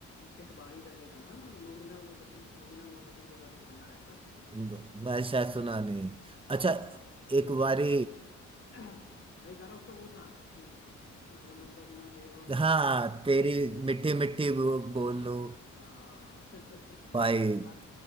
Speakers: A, on the left; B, on the right.
A: एक बारी करके गाना था ना वो मोमिना मोहतशिन मोमिना मोहतशिन के साथ एक गाना आया था
B: मैं
A: हाँ,
B: शायद
A: बारी
B: सुना नहीं
A: हाँ
B: अच्छा
A: हाँ
B: एक बारी
A: हाँ। <clears throat> एक गाना उसका वो था कि दो नंबर ना देवा मैं
B: हाँ
A: तेरी अच्छी
B: तेरी
A: मिल
B: मिट्टी
A: लूं
B: मिट्टी बो- बोल लो
A: हाँ <laughs>
B: भाई
A: यार